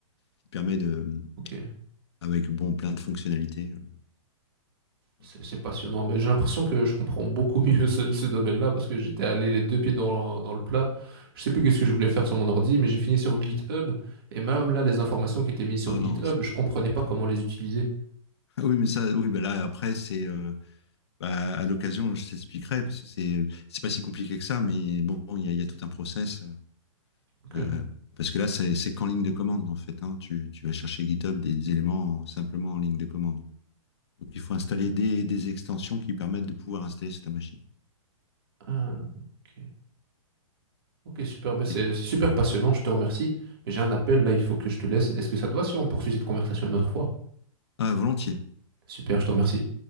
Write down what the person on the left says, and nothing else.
qui permet de,
avec bon, plein de fonctionnalités. euh, donc,
euh,
parlant-
Ah Oui, mais ça, oui, bah là, après, c'est, euh, bah, à l'occasion, je t'expliquerai, parce que c'est, c'est pas si compliqué que ça, mais bon, il y a, il y a tout un process. euh,
Euh, parce que là, c'est c'est qu'en ligne de commande, en fait. hein. Tu, tu vas chercher GitHub des éléments simplement en ligne de commande. Donc, il faut installer des, des extensions qui permettent de pouvoir installer sur ta machine.
Et-
ah, volontiers.